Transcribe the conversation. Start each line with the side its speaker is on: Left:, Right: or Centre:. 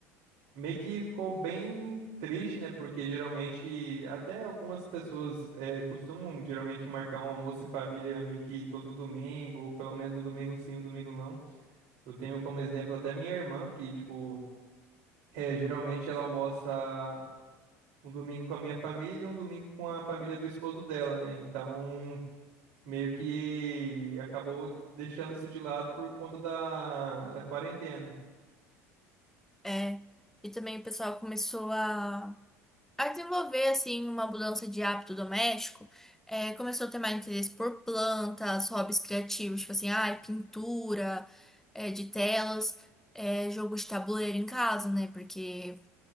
Right: meio que ficou bem triste, né? Porque geralmente, até algumas pessoas é, costumam geralmente marcar um almoço em família meio que todo domingo, ou pelo menos um domingo sim, um domingo não. Eu tenho como exemplo até minha irmã, que, tipo, é, geralmente ela almoça um domingo com a minha família e um domingo com a família do esposo dela, né? Então, meio que acabou deixando isso de lado por conta da, da quarentena.
Centre: É. E também o pessoal começou a, a desenvolver, assim, uma mudança de hábito doméstico. Eh, começou a ter mais interesse por plantas, hobbies criativos, tipo assim, ai, pintura, eh, de telas, eh, jogo de tabuleiro em casa, né? Porque